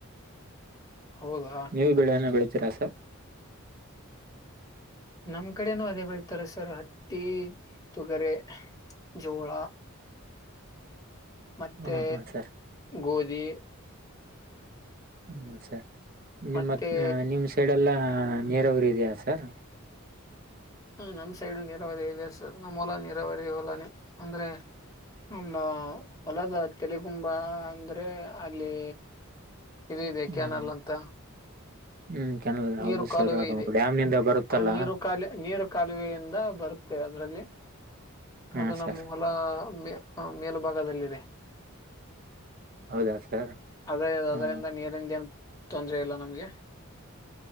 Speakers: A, on the left; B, on the right.
A: ಹೌದಾ
B: ನೀವು ಬೆಳಾನ ಬೆಳ ಚಾಸಹ
A: ನಮ್ ಕಡೆನೂ ಅದೇ ಬೆಳ್ತಾರೆ ಸರ್ ಹತ್ತಿ ತೊಗರೆ ಜೋಳ ಮತ್ತೆ
B: ಹಾ ಹಾ ಸರ್
A: ಗೋಧಿ ಅ
B: ಹ್ಮ್ ಸರಿ ನಿಮ್ಮತ್
A: ಮತ್ತೆ
B: ನಿಮ್ ಸೈಡ್ ಎಲ್ಲಾ ಹ ನೀರಾವರಿ ಇದೆಯಾ ಸರ್
A: ಹ ನಮ್ ಸೈಡು ನೀರಾವರಿ ಇದೆ ಸರ್ ನಮ್ಮ್ ಹೊಲ ನೀರಾವರಿ ಹೊಲಾನೇ ಅಂದ್ರೆ ನಮ್ಮ ಹೊಲ ಕೆಲ ತುಂಬಾ ಅಂದ್ರೆ ಅಲ್ಲಿ ಇದು ಇದೆ
B: ಹ್ಮ್
A: ಕ್ಯಾನಲ್ಲ ಅಂತ
B: ಹ್ಮ್ ಕೆನಲ್
A: ನೀರು
B: ಹೌದು
A: ಕಾಲುವೆ
B: ಸರ್ ಅದು
A: ಇದೆ
B: ಡ್ಯಾಮ್ ನಿಂದ ಬರುತ್ತಲ್ಲ
A: ಆ ನೀರು ಕಾಲ ನೀರು ಕಾಲುವೆಯಿಂದ ಬರುತ್ತೆ ಅದರಲ್ಲಿ ಅದು
B: ಹಾ
A: ನಮ
B: ಸರ್
A: ಹೊಲ ಮೇ ಹಾ ಮೇಲುಭಾಗದಲ್ಲಿದೆ
B: ಹೌದಾ ಸರ್
A: ಅದೇ ಅದರಿಂದ
B: ಹಾ
A: ನೀರಿಂದೇನು ತೊಂದ್ರ ಇಲ್ಲ ನಮ್ಗೆ